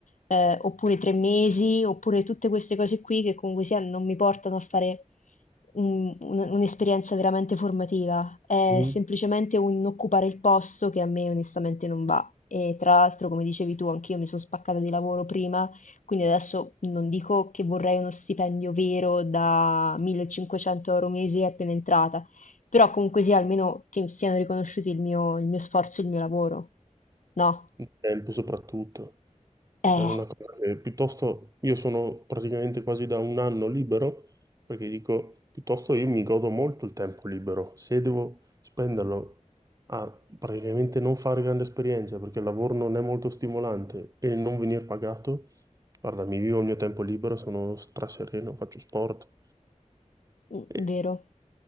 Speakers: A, on the left (about 75°); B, on the right (about 25°).
A: eh, oppure tre mesi, oppure tutte queste cose qui che comunque sia non mi portano a fare un- un- un'esperienza veramente formativa, è
B: Sì.
A: semplicemente un occupare il posto che a me onestamente non va. E tra l'altro, come dicevi tu, anch'io mi sono spaccata di lavoro prima quindi adesso non dico che vorrei uno stipendio vero da 1500 euro mese appena entrata, però comunque sia almeno che siano riconosciuti il mio, il mio sforzo e il mio lavoro. No?
B: il tempo soprattutto. È
A: Eh,
B: una cosa che piuttosto io sono praticamente quasi da un anno libero, perché dico, piuttosto io mi godo molto il tempo libero. Se devo spenderlo a praticamente non fare grande esperienza, perché il lavoro non è molto stimolante e non venir pagato, guarda, mi vivo il mio tempo libero, sono strasereno, faccio sport.
A: mm,
B: E
A: vero.